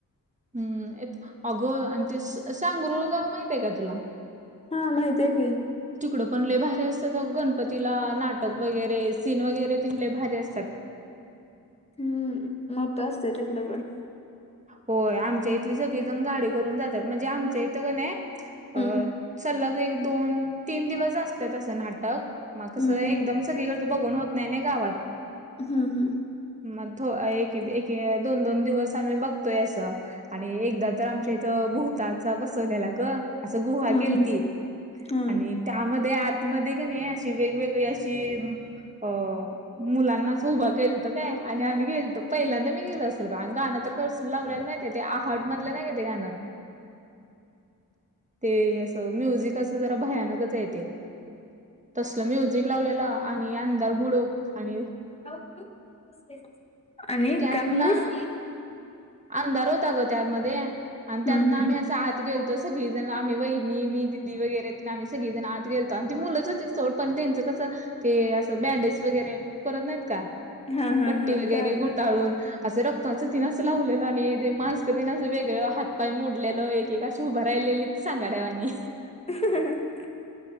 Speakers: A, on the right; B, on the left.
A: हम् येत, अग आणि ते सांगरुळगाव माहि ते का तुला?
B: हा माहितीय की
A: तिकडं पण लई भारी असतात, गणपतीला नाटक वगैरे सीन वगैरे तिले भारी असतात.
B: हम्म मोठं असतंय तिकडं पण.
A: होय आमच्या इथली सगळी जण गाडी करून जातात, म्हणजे आमच्या इथं का नय अ
B: हम्म
A: सलग एक दोन तीन दिवस असतंय तसं नाटक. मग कसं
B: हम्म
A: एकदम सगळीकडचं बघून होत नाही ना गावात.
B: हम्म हम्म.
A: मग थो एक एक दोन दोन दिवस आम्ही बघ तोय असं आणि एकदा तर आमच्या इथं भूताचा बसवलेला ग. असं गुहा
B: हम्म
A: केलती
B: हम्म हम्म
A: आणि त्यामध्ये आतमध्ये का नाही अशी वेगवेगळी अशी अ मुलांना असं उभा केलतं काय आणि आम्ही गेलतो पहिल्यांदा मी गेलो असेल, ब गाणं तर कस लं लावलेला माहिते ते आहट मधलं नाही का ते गाणं? ते असं म्युझिक असं जरा भयानकचय ते. तसलं म्युझिक लावलेलं आणि अंधार बुडूक आणि
B: <inaudible> <inaudible> आणि
A: त्यात
B: काय म्हणलीस
A: ना अंधार होता ग त्यातमध्ये आणि
B: हम्म
A: त्यात ना
B: हम्म
A: आम्ही आत गेलतो सगळी जण आम्ही, वहिणी, मी, दिदी वगैरे आम्ही सगळी जण आत गेलतो आणि ती मुलंच होती सोड पण त्यांचं कसं ते असं बँडेज वगैरे करत नाहीत का?
B: हा हा
A: पट्टी
B: हा
A: वगैरे
B: कळालं
A: गुंडाळून असं रक्ताचं तिनच लावलेलं आणि ते मास्क दिनसं वेगळं हातपाय मोडलेलं एकेकाशी उभं राहिलेली सांगाड्या वाणी
B: ह